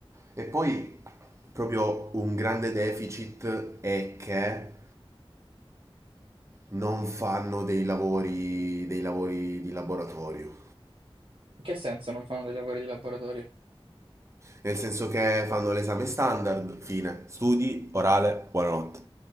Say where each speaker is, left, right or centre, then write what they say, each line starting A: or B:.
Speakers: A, on the right; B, on the right.
A: E poi proprio un grande deficit è che non fanno dei lavori, dei lavori di laboratorio.
B: In che senso non fanno dei lavori di laboratorio?
A: nel senso che fanno l'esame standard, fine, studi, orale, buonanotte.